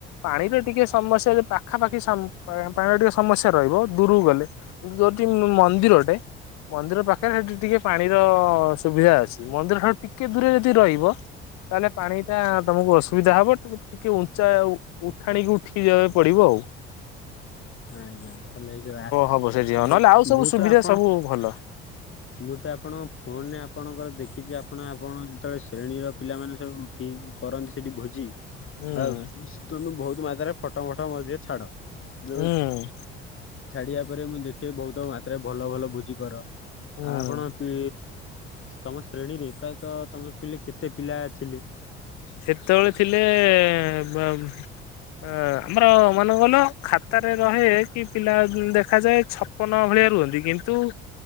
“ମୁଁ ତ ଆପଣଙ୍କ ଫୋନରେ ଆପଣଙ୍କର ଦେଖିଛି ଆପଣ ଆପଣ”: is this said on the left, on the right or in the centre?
Left